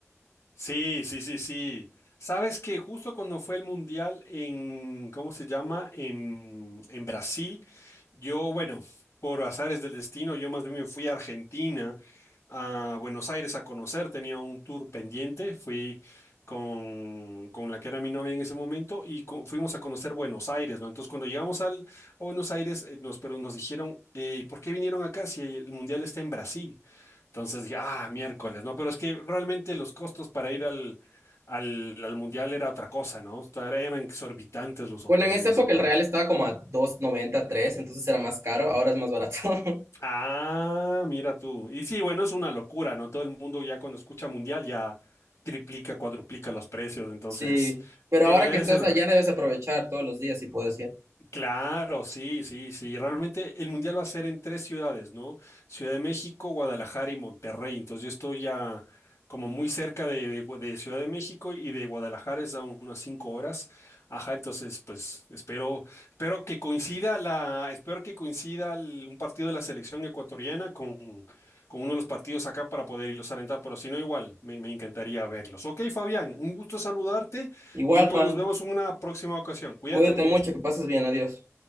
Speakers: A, on the left; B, on the right.
A: Sí, sí, sí, sí. Sabes que justo cuando fue el mundial en, ¿cómo se llama? En, en Brasil, yo, bueno, por azares del destino, yo más bien me fui a Argentina, a Buenos Aires a conocer, tenía un tour pendiente, fui con, con la que era mi novia en ese momento y co- fuimos a conocer Buenos Aires, ¿no? Entonces cuando llegamos al, a Buenos Aires, eh, nos, pero nos dijeron, eh, ¿por qué vinieron acá si el mundial está en Brasil? Entonces dije, ah, miércoles, ¿no? Pero es que realmente los costos para ir al, al, al mundial era otra cosa, ¿no? O sea, eran exorbitantes los hoteles
B: Bueno, en esa época
A: y todo.
B: el real estaba como a dos noventa tres, entonces era más caro, ahora es más barato. <laughs>
A: Ah, mira tú. Y sí, bueno, es una locura, ¿no? Todo el mundo ya cuando escucha mundial ya triplica, cuadruplica los precios, entonces,
B: Sí, pero
A: pero
B: ahora
A: debe
B: que estás
A: ser,
B: allá debes aprovechar todos los días si puedes ir.
A: Claro, sí, sí, sí. Realmente el mundial va a ser en tres ciudades, ¿no? Ciudad de México, Guadalajara y Monterrey. Entonces yo estoy ya como muy cerca de, de Gua- de Ciudad de México y de Guadalajara es a unas cinco horas. Ajá, entonces pues espero, espero que coincida la, espero que coincida el- un partido de la selección ecuatoriana con, con uno de los partidos acá para poder irlos a alentar, pero si no igual, me, me encantaría verlos. Ok, Fabián, un gusto saludarte
B: Igual,
A: y pues
B: Juan,
A: nos vemos en una próxima ocasión. Cuídate
B: cuídate
A: mucho.
B: mucho, que pases bien, adiós.